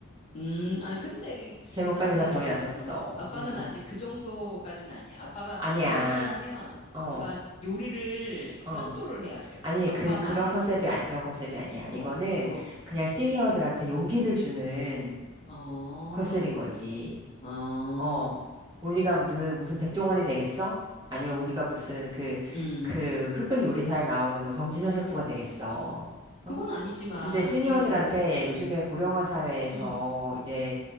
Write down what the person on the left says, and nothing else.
음, 아니, 근데,
아, 그게
될래, 어. 아빠는
아직 그 정도까지는 아니야. 아빠가
그 정도 하려면
뭔가 요리를
창조를 해야 돼.
아빠만의.
그럼,
그럼.
어,
어,
음.
그건
아니지만,
그래도, 음,
음,